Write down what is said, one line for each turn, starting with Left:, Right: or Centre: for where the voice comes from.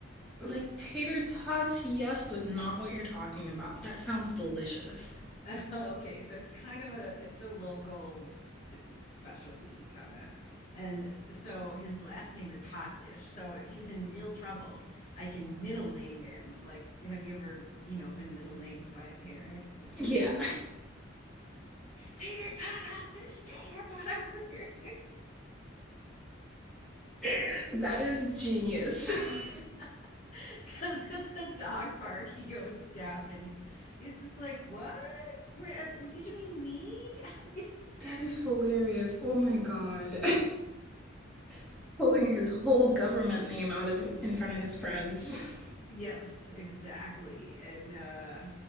Centre: Like tater tots, yes, but not what you're talking about. That sounds delicious.
Left: <laughs> Okay, so it's kind of a it's a local d- specialty kind of. And so his last name is Hot Dish. So if he's in real trouble, I can middle name him. Like, have you ever, you know, been middle named by a parent?
Centre: Yeah.
Left: <laughs> Tater tot hot dish, get your butt over here.
Centre: <laughs> that is genius.
Left: <laughs> Because at the dog park, he goes deaf and he's just like, What? Where, uh, what did you mean me? <laughs>
Centre: <laughs> that is hilarious. Oh my god. <laughs> Pulling his whole government name out of in front of his friends. <laughs>
Left: Yes, exactly. And uh